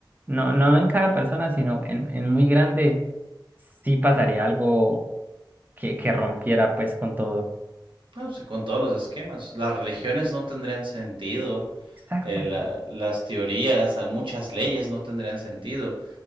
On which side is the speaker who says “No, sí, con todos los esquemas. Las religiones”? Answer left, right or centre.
Right